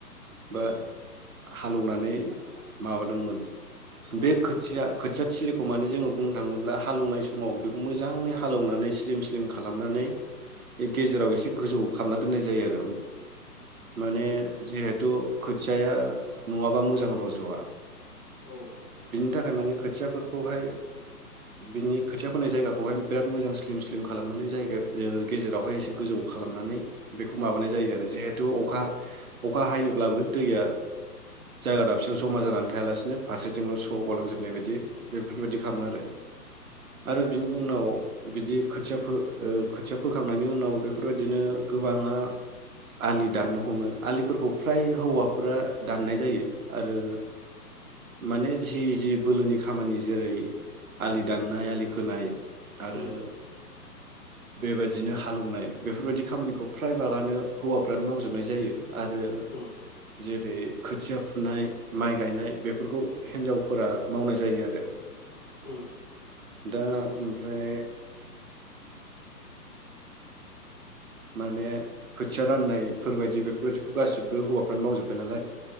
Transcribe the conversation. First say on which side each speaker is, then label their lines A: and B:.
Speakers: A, on the right (about 60°); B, on the left (about 25°).
A: बा हालौनानै माबादोंमोन। बे
B: उम
A: खोथिया खोथिया थिलिखौ माने जोङो बुंनो थाङोब्ला हालौवनाय समाव बेखौ मोजाङै हालेवनानै स्लिम स्लिम खालामनानै गेजेराव एसे गोजौ खामना दोननाय जायो आरो माने
B: उम
A: जिहेथु खोथियाया नङाबा मोजां रज'आ।
B: औ।
A: बिनि थाखाय माने खोथियाफोरखौहाय बिनि खोथिया फोनाय जायगाखौहाय बिराद मोजां स्लिम स्लिम खालामनानै जायगा गेजेरावहाय एसे गोजौ खालामनानै बेखौ माबानाय
B: उम
A: जायो
B: उम
A: आरो जिहेथु अखा अखा हायोब्लाबो दैया जायगा दाबसेयाव जमा जानानै थायालासिनो फारसेथि थिंल' स' गलांजोबनाय बायदि बेफोरबायदि खामो आरो आरो बिनि उनाव बिदि खोथिया फो ओ खोथिया फोखांनायनि उनाव बेफोरबायदिनो गोबाङा आलि दाननो हमो आलिफोरखौ फ्राय हौवाफोरा दाननाय जायो आरो माने जि जि बोलोनि खामानि जेरै आलि दाननाय आलि खोनाय
B: उम
A: आरो बेबायदिनो हा हालौवनाय बेफोरबायदि खामानिखौ फ्राय बागानो हौवाफ्रानो मावजोबनाय जायो आरो
B: उम
A: जेरै खोथिया फुनाय माइ गायनाय बेफोरखौ हिन्जावफोरा मावनाय जायो आरो।
B: उम
A: दा ओमफ्राय माने खोथिया राननायफोरबायदि बेफोरबायदिखौ गासिब बे हौवाफ्रानो मावजोब्बाय नालाय